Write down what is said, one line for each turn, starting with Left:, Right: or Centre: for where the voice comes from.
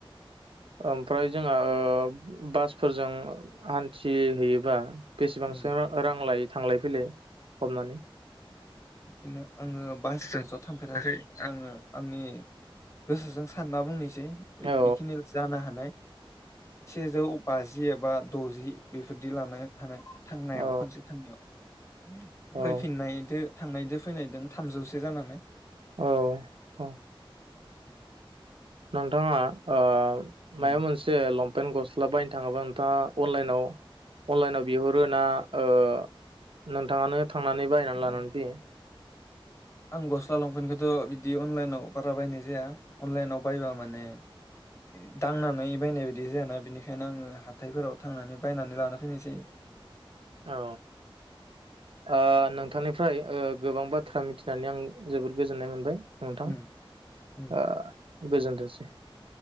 Right: ओमफ्राय जोंहा ओ बासफोरजों हान्थिहैयोबा बेसेबांसो
Left: उम
Right: रा-रां लायो? थांलाय फैलाय हमनानै
Left: बिदिनो आङो बासजों ज' थांफेराखै आङो आंनि गोसोजों सानना बुंनोस सै बि
Right: औ
Left: इखिनि जानो हानाय सेजौ बाजि एबा द'जि बेफोरदि लानो हानाय थांनायाव
Right: औ
Left: खनसे थांनायाव
Right: औ
Left: फैफिननायदो थांनायदो फैनायदों थामजौसे जानो हानाय।
Right: औ औ नोंथांङा ओ
Left: उम
Right: मायाव मोनसे लमपेन गस्ला बाय योबा नोंथांङा अनलाइनाव अनलाइनाव बिहरो ना ओ नोंथांङानो थांनानै बायनानै
Left: उम।
Right: लानानै फैयो।
Left: आं गस्ला लंपेन्टखौथ' बिदि अनलाइनाव बारा बायनाय जाया अनलाइनाव बायबा माने ए दांनानै बायनाय बायदि जायाना बिनिखायनो आंङो हाथायफोराव थांनानै बायनानै लाना फैनोसै।
Right: औ ओ नोंथांनिफ्राय ओ गोबां बाथ्रा मिथिनानै आं जोबोद गोजोननाय मोनबाय। नोंथां
Left: उम
Right: ओ
Left: उम
Right: गोजोन्थोंसै।